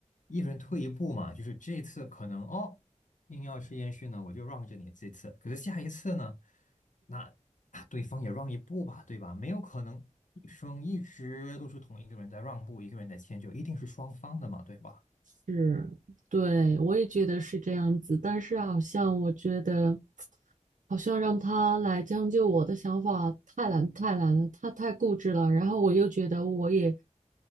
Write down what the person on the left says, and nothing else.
一人退一步嘛，就是这次可能哦，硬要吃烟熏呢，我就让着你这次，可是下一次呢，那啊对方也让一步吧，对吧？没有可能一生一直都是同一个人在让步，一个人在迁就，一定是双方的嘛，对吧？